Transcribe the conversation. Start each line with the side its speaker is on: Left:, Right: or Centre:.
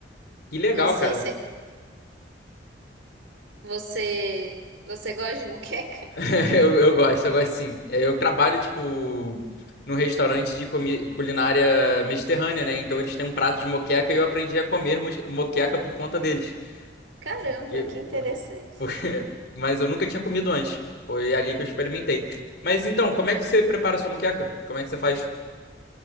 Left: Que legal,
Right: não sei
Left: cara.
Right: se você, você gosta de muqueca?
Left: <laughs> Eu, eu gosto, eu gosto sim. É, Eu trabalho, tipo, num restaurante de comi- culinária mediterrânea, né? Então eles têm um prato de moqueca e eu aprendi a comer mos- moqueca por conta deles.
Right: Caramba,
Left: Porque,
Right: que interessante.
Left: por- porque- <laughs> Mas eu nunca tinha comido antes. Foi ali que eu experimentei. Mas então, como é que você prepara a sua moqueca? Como é que você faz?